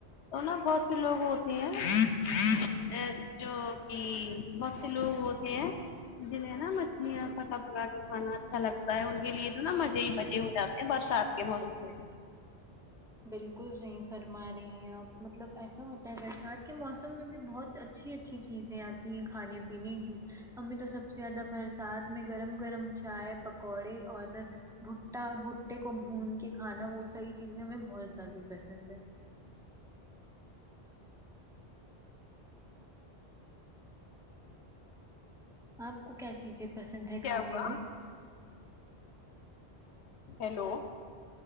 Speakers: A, on the left; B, in the centre.
A: تو نا بہت سے لوگ ہوتے ہیں جو کی بہت سے لوگ ہوتے ہیں جنہیں نا مچلیاں پکا پکا کے کھانا اچھا لگتا ہے ان کے لیے تو نا ماجے ہی ماجے ہو جاتے ہیں برسات کے موسم میں
B: بالکل صحیح فرما رہی ہیں آپ مطلب ایسا ہوتا ہے برسات کے موسم میں بھی بہت اچھی اچھی چیزیں آتی ہیں کھانے پینے کی ہمیں تو سب سے زیادہ برسات میں گرم گرم چائے پکوڑے اور بھٹا بھٹٹے کو بھون کے کھانا وہ ساری چیزیں ہمیں بہت زیادہ پسند ہے آپ کو کیا چیجیں پسند ہے
A: کیا
B: کھانے
A: ہوا
B: میں
A: ہیلو